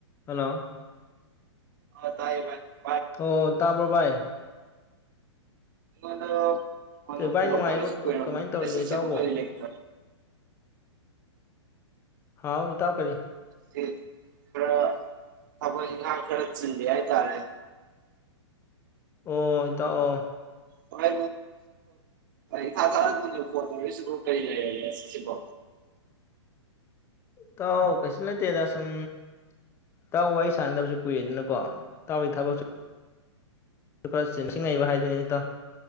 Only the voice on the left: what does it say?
Hello.
ꯑꯣ ꯇꯥꯕ꯭ꯔꯣ ꯚꯥꯏ꯫
ꯚꯥꯏ
ꯅꯨꯡꯉꯥꯏꯔꯤꯕ
ꯀꯃꯥꯏꯅ
ꯇꯧꯔꯤꯒꯦ ꯏꯇꯥꯎꯕꯨ ꯍꯥꯎ ꯏꯇꯥꯎ ꯀꯔꯤ
ꯑꯣ ꯏꯇꯥꯎ ꯑꯣ
ꯏꯇꯥꯎ ꯀꯩꯁꯨ ꯅꯇꯦꯗ ꯁꯨꯝ ꯇꯥꯎ ꯋꯥꯔꯤ ꯁꯥꯟꯅꯗꯕꯁꯨ ꯀꯨꯏꯔꯦꯗꯅꯀꯣ ꯇꯥꯎꯒꯤ ꯊꯕꯛꯁꯨ ꯈꯔꯁꯤ <unintelligible> ꯉꯩꯕ ꯍꯥꯏꯗꯨꯅꯤ ꯏꯇꯥꯎ